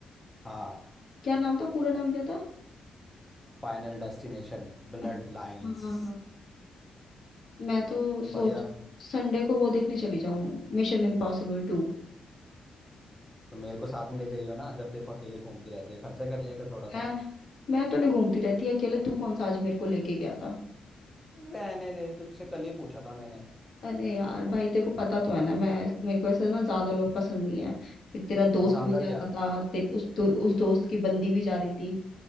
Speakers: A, in the centre; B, on the left.
A: हाँ
B: क्या नाम था पूरा नाम क्या था
A: Final destination ब्लड
B: अच्छा,
A: लाइंस
B: हाँ हाँ मैं तो सोच
A: बढ़िया
B: संडे को वो देखने चली जाऊं मिशन इम्पॉसिबल टू
A: तो मेरे को साथ में ले जाइयो ना जब देखो अकेले घूमती रहती है खर्चा कर लिया कर थोड़ा
B: मैं
A: सा
B: मैं तो नहीं घूमती रहती अकेले तू कौन सा आज मेरे को लेके गया था
A: रहने दे तुझसे कल ही पूछा था मैंने
B: अरे यार भाई तेरे को पता तो है ना मैं मेरे को ऐसे ना ज्यादा लोग पसंद नहीं है फिर तेरा दोस्त
A: ज्यादा
B: भी जा रहा
A: क्या
B: था ते, उस दो, उस दोस्त की बंदी भी जा रही थी